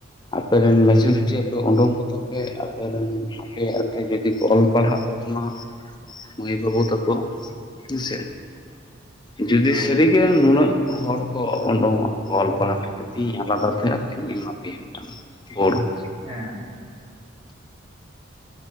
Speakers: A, on the left (about 20°); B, on the right (about 30°).
A: ᱟᱯᱮᱨᱮᱱ ᱢᱮᱡᱚᱨᱤᱴᱤ ᱟᱯᱮ ᱩᱰᱩᱝ ᱠᱚ ᱛᱟᱯᱮ ᱟᱯᱮᱨᱮ ᱟᱯᱮᱭᱟᱜᱛᱮ ᱡᱩᱫᱤ ᱠᱚ ᱚᱞ ᱯᱟᱲᱦᱟᱜ ᱛᱟᱵᱚᱱᱟ ᱢᱟᱹᱭ ᱵᱟᱹᱵᱩ ᱛᱟᱠᱚ
B: ᱦᱮᱸ
A: ᱦᱮᱸᱥᱮ ᱡᱩᱫᱤ
B: ᱦᱮᱸ
A: ᱥᱟᱹᱨᱤᱜᱮ ᱱᱩᱱᱟᱹᱜ ᱦᱚᱲ ᱠᱚ ᱩᱰᱩᱝᱚᱜᱼᱟ ᱠᱚ ᱚᱞ ᱯᱟᱲᱦᱟᱜ ᱞᱟᱹᱜᱤᱫ ᱛᱮ ᱤᱧ ᱟᱞᱟᱫᱟ ᱛᱮ ᱟᱯᱮᱧ ᱮᱢᱟ ᱯᱮᱭᱟ <unintelligible> ᱴᱟ ᱚᱲ <unintelligible>
B: ᱦᱮᱸ